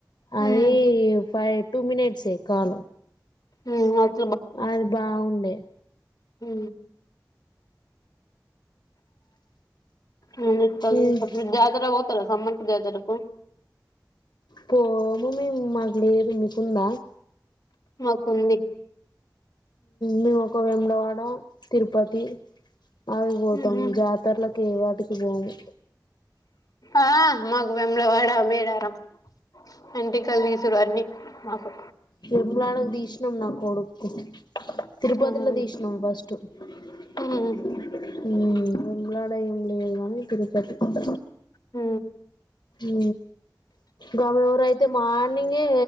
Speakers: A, on the left; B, on the left.
A: హ్మ్.
B: అది ఫైవ్ టూ మినిట్సే కాలు
A: మ్మ్ అద్
B: అది బాగుండే
A: ఉ ఉ
B: ఉమ్
A: జాతర పోతారా సమ్మర్ ఇదే తరికు
B: పోము మాకు లేదు అనుకున్న
A: మాకుంది
B: మేము ఒక వెముడవాడ, తిరుపతి అవి పోతాం
A: ఉహు
B: జాతరలకి ఏ వాటికి పోము
A: ఆ మాకు వేములవాడ మేడారం అంటేకాళ తీసుడు అన్నీ మాకు
B: తిరుమలనకు తీశినం నా కొడుకు తిరుపతిలో
A: ఉహు
B: తీసినం ఫస్ట్ ఉ
A: ఉమ్
B: వేములవాడ ఏం లేదు కానీ తరుపతి కొండ
A: ఉ
B: ఉ గమవర అయితే మాని ఏ